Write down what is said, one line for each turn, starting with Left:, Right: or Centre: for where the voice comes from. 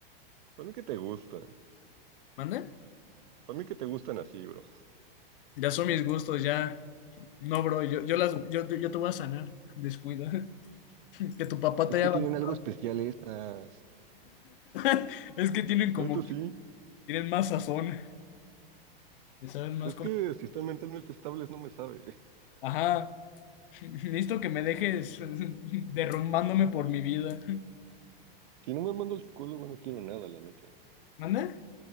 Right: Para mí que te gustan.
Left: ¿Manda?
Right: Para mí que te gustan así, bro.
Left: Ya son mis gustos, ya. No, bro, yo, yo las, yo, te- yo te voy a sanar. Descuida. <laughs> Que tu papá
Right: Es
Left: te haya
Right: que
Left: abandonado.
Right: tienen algo especial estas.
Left: <laughs> Es que tienen como
Right: Esto
Left: que
Right: sí,
Left: tienen más sazón. Le saben más
Right: es
Left: como.
Right: que si están mentalmente estables no me sabe.
Left: Ajá. <laughs> Necesito que me dejes <laughs> derrumbándome por mi vida.
Right: Si no me manda al psicólogo no quiero nada, la neta.
Left: ¿Manda?